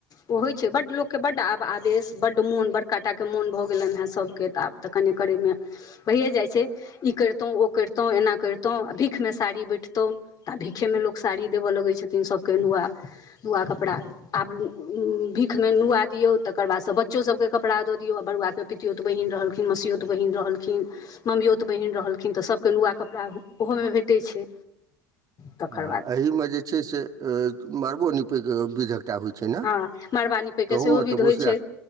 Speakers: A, on the left; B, on the right.
A: उ होय छै बड लोक के बड्ड आ आवेश बड मोन बड़काटा के मोन भऽ गेलैन हेन सबके तऽ आब ते कनि करैमे भयिये जाय छै ई करितों, ओ करितों, एना करतौ आ भीखमे साड़ी बैठतौ तऽ आ भीखेमे लोक साड़ी देबै लगै छथिन सबके नुआ। नुआ कपड़ा आब उम्म भीखमे नुआ दियौ, तकर बादसँ बच्चो सबके कपड़ा दऽ दियौ आ बरुआ के पितियोतऽ बहीन रहलखिन, मसयोतऽ बहीन रहलखिन, मम्मयोतऽ बहीन रहलखिन तऽ सबके नुआ कपड़ा उहो मे भेटै छै। तकर
B: आ
A: बाद
B: एही में जे छै से अ मरबो नि <unintelligible> विध। एकटा होइ छै ने
A: हँ मड़बा नीपैके
B: तहूमे
A: सेहो विध
B: तऽ बसिया
A: होइत छै